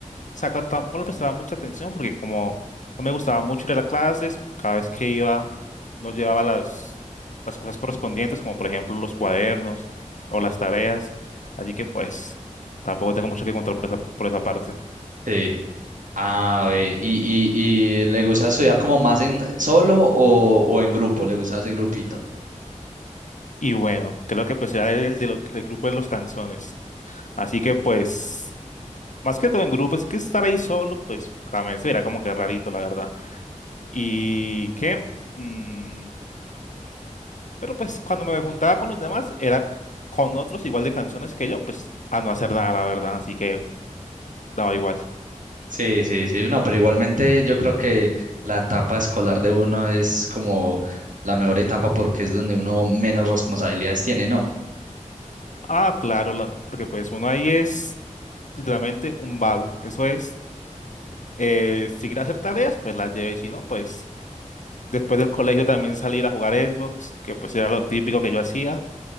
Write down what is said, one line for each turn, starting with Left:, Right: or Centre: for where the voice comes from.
Left: saca tampoco le prestaba mucha atención porque como no me gustaba mucho ir a las clases, cada vez que iba no llevaba las, las cosas correspondientes, como por ejemplo los cuadernos o las tareas. Así que pues, tampoco tengo mucho que contar por esa, por esa parte.
Right: Sí. Ah, ve, y, y, y le gusta estudiar como más en solo o, o en grupo, le gusta ese grupito.
Left: Y bueno, creo que pues era el, del grupo de los canzones. Así que pues, más que todo en grupo, es que estar ahí solo, pues, también se verá como que rarito, la verdad. Y que, mm, pero pues cuando me juntaba con los demás, era con otros igual de canciones que yo, pues a no hacer nada, la verdad, así que daba igual.
Right: Sí, sí, sí, no, pero igualmente yo creo que la etapa escolar de uno es como la mejor etapa porque es donde uno menos responsabilidades tiene, ¿no?
Left: Ah, claro, la- porque pues uno ahí es literalmente un vago, eso es. Eh, si quiere hacer tareas, pues las lleve, y si no, pues después del colegio también salir a jugar Xbox, que pues era lo típico que yo hacía,